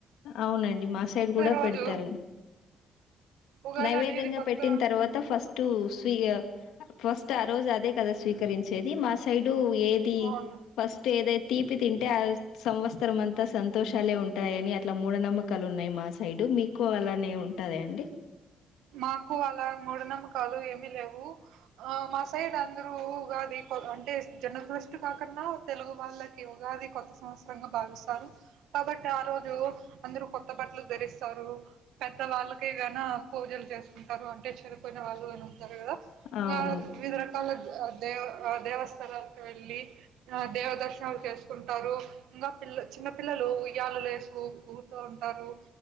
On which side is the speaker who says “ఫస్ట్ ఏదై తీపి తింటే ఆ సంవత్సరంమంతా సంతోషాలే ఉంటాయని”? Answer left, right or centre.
Left